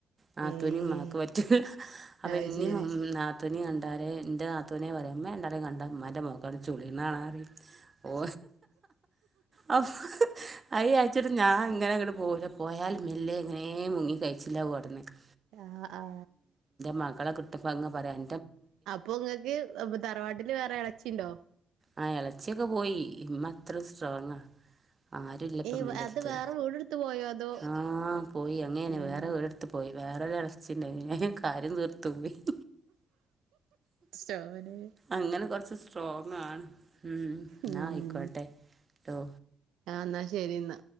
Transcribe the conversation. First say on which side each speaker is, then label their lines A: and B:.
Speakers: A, on the right; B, on the right.
A: നത്തുനെ
B: ഏഹ്
A: ഇമ്മക്ക് പറ്റുല്ല അപ്പൊ
B: അത്
A: എന്നെങ്ങും
B: ശരി
A: നത്തു- ത്തുന്നെ കണ്ടാലെ എന്റെ നത്തുനെ പറയും ഉമ്മ <unintelligible> കണ്ടാൽ ഉമ്മൻ്റെ മോൾക്ക് അത് ചുളി നാറി ഓ ഓ ഹ് അയെച്ച് ഞാൻ ഇങ്ങനെ കൂടെ പോയാ മെല്ലെ ഇങ്ങനെ മുങ്ങി കഴിച്ചില്ല വുടുന്നേ ക്കെ
B: ആ ആ
A: മക്കളെ കിട്ടുമ്പങ്ങ് പറയാൻ
B: അപ്പൊ ഇങ്ങൾക്ക് തറവാട്ടില് വേറെ എളച്ചിണ്ടോ
A: ആ എളച്ചിയൊക്കെ പോയി ഇമ്മ അത്രെ സ്ട്രോങ്ങാ ആരുല്ല ഇപ്പ
B: ഏയ്
A: ഇമ്മൻ്റെടുത്ത്
B: അത് വേറെ വീടെടുത്ത് പോയോ അതോ
A: ആമ് പോയി <unintelligible>
B: ഏഹ്
A: വേറെ വിടെടുത്ത് പോയി അങ്ങനനെ വേറെ ഒടെ അടുത്ത് പോയി വേറൊരെളച്ചുണ്ട് <unintelligible> കാര്യം തീർത്തു പോ-
B: സ്റ്റോനെ
A: അങ്ങനെ കൊറച്ച് സ്ട്രോങ് ആണ് ഉമ് എന്നാ
B: ഉം
A: ആയിക്കോട്ടെ ട്ടോ
B: ആഹ് ന്നാശരിന്നാ